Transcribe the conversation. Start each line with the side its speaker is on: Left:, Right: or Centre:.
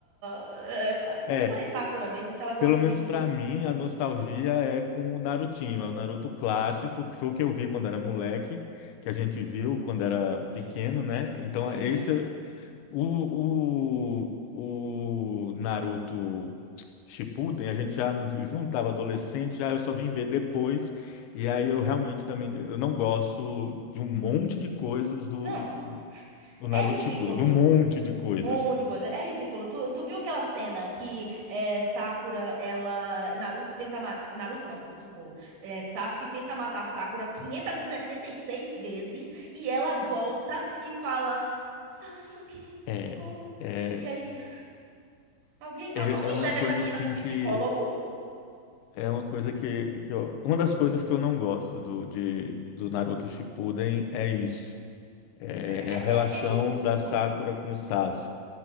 Right: é, vou
Left: é,
Right: escolher Sakura mesmo, que ela gosta
Left: pelo menos
Right: de mim
Left: pra mim a nostalgia é com o Narutinho, é o Naruto clássico, que foi o que eu vi quando era moleque, que a gente viu quando era
Right: Sim.
Left: pequeno, né? Então
Right: Uhum.
Left: esse O, o, o Naruto Shippuden, a gente já não viu junto, estava adolescente, já eu só vim ver depois. E aí eu realmente também, eu não gosto de um monte de coisas do,
Right: Não,
Left: do, do Naruto
Right: é ridículo.
Left: Shippuden, de um monte de coisas.
Right: Um monte de coisa. É ridículo. Tu, tu viu aquela cena que é, Sakura, ela. Naruto tenta matar. Naruto não, socorro. É, Sasuke tenta matar Sakura 566 vezes e ela volta e fala: Sasuke,
Left: É,
Right: oh.
Left: é,
Right: E aí. Alguém,
Left: é,
Right: al- alguém
Left: é uma
Right: leva
Left: coisa
Right: essa menina
Left: assim
Right: pro psicólogo?
Left: que, é uma coisa que, que eu- uma das coisas que eu não gosto do, de, do Naruto Shippuden é isso, é,
Right: É,
Left: é a relação
Right: é, é ridículo.
Left: da Sakura com o Sasuke.